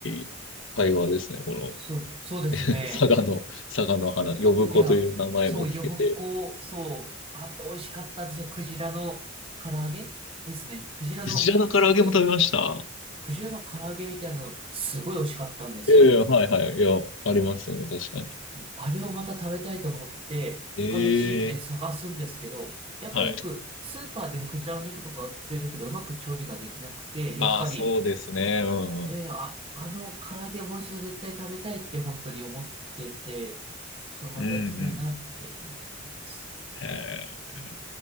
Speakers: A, on the left; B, on the right.
A: い会話ですね、この
B: そう、そうですね。
A: <laughs> 佐賀の、佐賀の花、呼子という名前も聞けて。
B: いや、そう、呼子、そう、あと美味しかったんですよ。クジラの唐揚げですね。クジラの、
A: クジラの唐揚げも食べました。
B: く、クジラの唐揚げみたいなの、すごい美味しかったんですよ。
A: いやいや、はいはい、いや、ありますよね、確かに。
B: あれをまた食べたいと思って、
A: ええ
B: 他の地域で探すんですけど、やっぱりよくスーパーでクジラの肉とか売ってるけど、
A: はい。
B: うまく調理ができなくて、
A: まあ、
B: やっぱり、
A: そうですね、うん、うん、
B: えーあ、あの唐揚げもう一度絶対食べたいって本当に思ってて、そう、また行きたいなって思ってます。
A: うんうん。え
B: うん